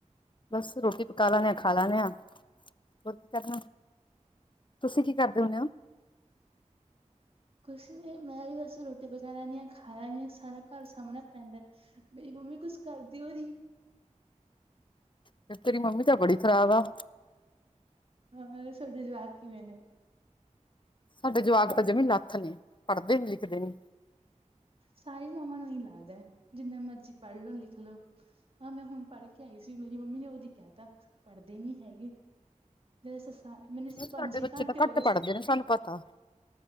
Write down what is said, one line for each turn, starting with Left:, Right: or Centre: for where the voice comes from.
Left: ਬਸ ਰੋਟੀ ਪਕਾ ਲੈਨੇ ਆ ਖਾ ਲੈਨੇ ਆ ਹੋਰ ਕੀ ਕਰਨਾ। ਤੁਸੀਂ ਕੀ ਕਰਦੇ ਹੁੰਨੇ ਓ।
Right: ਕੁੱਛ ਨੀ ਮੈਂ ਵੀ ਬਸ ਰੋਟੀ ਪਕਾ ਲੈਂਨੀ ਹਾਂ, ਖਾ ਹਾਯੇ ਨੀ ਸਾਰਾ ਘਰ ਸਾਮਣਾ ਪੈਂਦਾ, ਮੇਰੀ ਮੰਮੀ ਕੁੱਛ ਕਰਦੀ ਓ ਨੀ।
Left: ਫੇਰ ਤੇਰੀ ਮੰਮੀ ਤਾਂ ਬੜੀ ਖਰਾਬ ਆ।
Right: ਬਸ ਤੁਹਾਡੇ ਜਵਾਕ ਕਿਵੇਂ ਨੇ?
Left: ਸਾਡੇ ਜਵਾਕ ਤਾਂ ਜਵੀ ਲੱਥ ਨੇ, ਪੜ੍ਹਦੇ -ਲਿਖਦੇ ਨੀ।
Right: ਸਾਰੀ ਮਾਵਾਂ ਨੂੰ ਐਈ ਲੱਗਦਾ, ਜਿੰਨਾ ਮਰਜੀ ਪੜ੍ਹ ਲੋ ਲਿਖ ਲੋ। ਆ ਮੈਂ ਹੁਣ ਪੜ੍ਹ ਕੇ ਆਈ ਸੀ ਮੇਰੀ ਮੰਮੀ ਨੇ ਓਦੀ ਕੈਤਾ ਪੜ੍ਹਦੇ ਨੀ ਹੈਗੇ। ਜ ਸੱਸਾਂ ਮੈਨੂੰ
Left: ਸਾਡੇ
Right: ਪੰਜ-ਛੇ
Left: ਬੱਚੇ
Right: ਘੰਟੇ
Left: ਤਾਂ
Right: ਹੋਗੇ
Left: ਘੱਟ ਪੜ੍ਹਦੇ
Right: ਸੀ।
Left: ਨੇ ਸਾਨੂੰ ਪਤਾ।